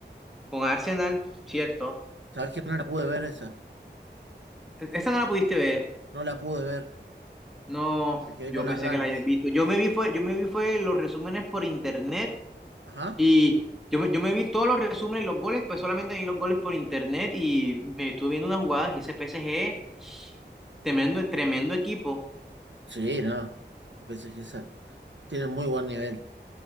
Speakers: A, in the centre; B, on the right (about 85°).
A: con Arsenal, ¿cierto?
B: ¿Sabes que no la pude ver esa?
A: E, Esa no la pudiste ver.
B: No la pude ver.
A: No,
B: Me quedé
A: yo
B: con
A: pensé
B: las ganas.
A: que la hayas visto. Yo me vi fue, yo me vi fue los resúmenes por internet
B: Ajá.
A: y yo me, yo me vi todos los resúmenes, los goles, pues solamente vi los goles por internet y me estuve viendo unas jugadas y ese PSG, tremendo, tremendo equipo.
B: Sí, no. El PSG es- tiene muy buen nivel.